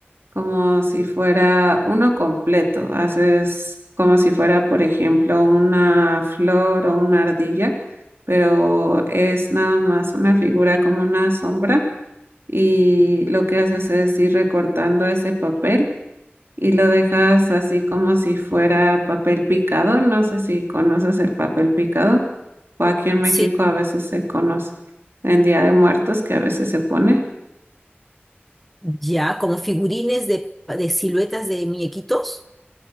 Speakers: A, on the right; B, in the centre.
A: como si fuera uno completo. Haces como si fuera, por ejemplo, una flor o una ardilla, pero es nada más una figura como una sombra y lo que haces es ir recortando ese papel y lo dejas así como si fuera papel picado. No sé si conoces el papel picado o aquí en México
B: Sí,
A: a veces se conoce en Día de Muertos que a veces se pone.
B: Ya, como figurines de, de siluetas de muñequitos.